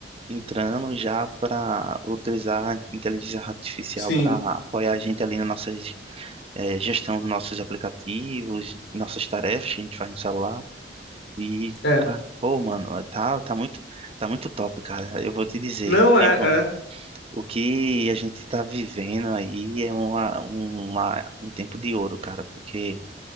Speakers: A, on the right; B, on the left.
A: entrando já para utilizar a inteligência artificial
B: Sim,
A: para apoiar a gente ali na nossa eh, gestão dos nossos aplicativos, nossas tarefas que a gente faz no celular. E,
B: é.
A: ca- pô, mano, tá, tá muito, tá muito top, cara. Eu vou te dizer.
B: Não é,
A: Tipo,
B: é.
A: o que a gente tá vivendo aí é uma, uma, um tempo de ouro, cara, porque,